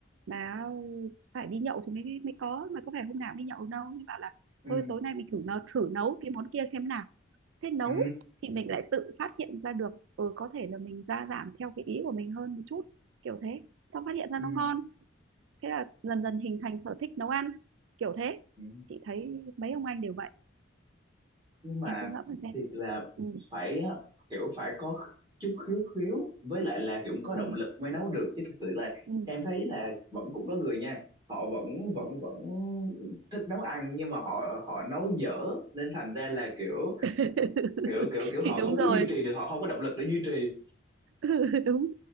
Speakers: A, on the right (about 75°); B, on the right (about 20°).
A: mà phải đi nhậu thì mới mới có mà có phải hôm nào cũng đi nhậu đâu mới bảo là
B: ừ.
A: thôi tối nay mình thử nấu thử nấu cái món kia xem nào thế nấu
B: Ừ.
A: thì mình lại tự phát hiện ra được ừ có thể là mình gia giảm theo cái ý của mình hơn một chút kiểu thế xong phát hiện ra
B: Ừ.
A: nó ngon thế là dần dần hình thành sở thích nấu ăn kiểu thế
B: Ừ.
A: chị thấy mấy ông anh đều vậy
B: nhưng mà
A: em cứ ngẫm mà xem
B: thiệt là
A: ừ,
B: phải á, kiểu phải có chút khiếu khiếu với lại là kiểu có
A: ừ,
B: động lực mới nấu được chứ thực sự là
A: ừ,
B: em thấy là vẫn cũng có người nha họ vẫn
A: ừ.
B: vẫn vẫn thích nấu ăn nhưng mà họ họ nấu dở nên thành ra là kiểu
A: <laughs>
B: kiểu kiểu kiểu
A: thì
B: họ
A: đúng
B: không
A: rồi
B: có duy trì được họ không có động lực để duy trì
A: <laughs> đúng